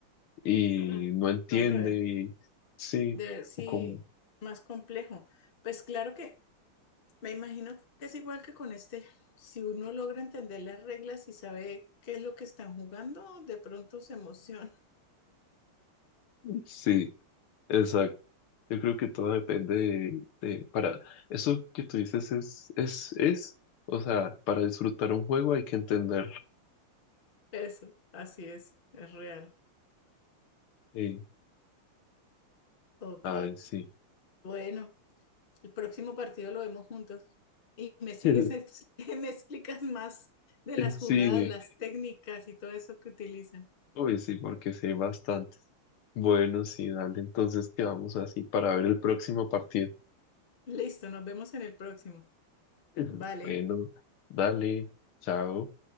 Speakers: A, on the left; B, on the left.
A: y
B: Mm,
A: no entiende,
B: Hombre,
A: y sí,
B: de, sí,
A: o como,
B: más complejo. Pues claro que me imagino que es igual que con este. Si uno logra entender las reglas y sabe qué es lo que están jugando, de pronto se emociona.
A: sí, exacto. Yo creo que todo depende de, de- para, eso que tú dices es, es, es, o sea, para disfrutar un juego hay que entenderlo.
B: <laughs> Eso, así es, es real.
A: Sí,
B: Ok,
A: ay, sí.
B: bueno, el próximo partido lo vemos juntos. Y me sigues,
A: <laughs>
B: ex- <laughs> me explicas más de las
A: Sí,
B: jugadas, las técnicas y todo eso que utilizan.
A: Uy, sí, porque sé bastante. Bueno, sí, dale, entonces quedamos así para ver el próximo partido.
B: Listo, nos vemos en el próximo.
A: <laughs> Ujú.
B: Vale.
A: Bueno, dale, chao.